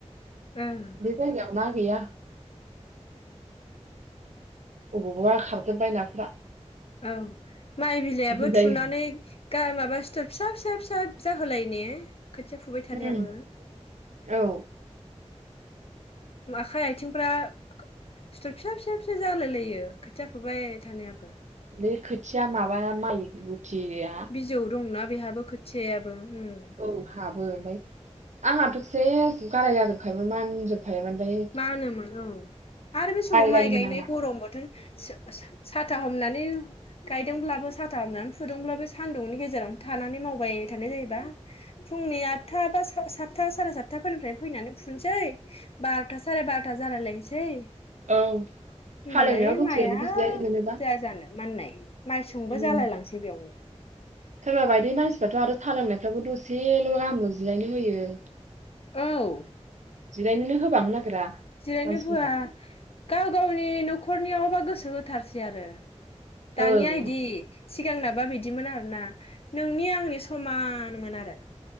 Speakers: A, on the left; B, on the right.
A: ओं
B: बे जायगायाव ना गैया। अबावबा खारजोबबाय नाफ्रा।
A: औ माइ बिलाइाबो
B: गुबुन जायो
A: थुनानै गा माबा सिथर फिसा फिसा फिसा जा होलाय ने खोथिया फुबाय थानायाबो।
B: उम औ
A: नुआखै आथिंफ्रा सिथर फिसा फिसा फिसा जालाय लायो खोथिया फुबाय थानायाबो।
B: बे खोथिया माबा माइ बुथिया
A: बिजौ दंना बेहाबो खोथियायाबो उम।
B: औ हाबो ओमफ्राय आंहाथ' सेस गाराय जाजोबखायोमोन मानजोब खायोमोन फ
A: मा होनोमोन औ आरो बे समाव
B: लायोमोन
A: माइ गायनाय
B: आंना
A: गरम बोथोर सा-सा साथा हमनानै गायदोंब्लाबो साथा हामनानै फुदुंब्लाबो सान्दुंनि गेजेरावनो थानानै मावबाय थानाय जायोबा। फुंनि आठथा बा सा सातथा साराय सातथाफोरनिफ्राय फैनानै फुननोसै बार'था साराय बार'था जालाय लायनोसै।
B: औ।
A: होमबालाय
B: हालेवनायाव दसेल'सो
A: माइया
B: जिरायनो मोनोबा
A: जाया जानो माननाय माइ स़ुंबो
B: उम
A: जालाय लांसै बेयावनो। <inaudible>
B: सोरबा बायदि मानसिफ्राथ' आरो थालोंनायफ्राब दसेल' गाहामल' जिरायनो होयो।
A: औ।
B: जिरायनोनो होबांनो नागिरा
A: जिरायनो
B: मानसिफोरा।
A: होआ गाव गावनि न'खरनियावल गोसो होथारसै आरो दानिया
B: ओं
A: इदि। सिगांनाबा बिदिमोन आरोना नोंनि आंनि समानमोन आरो।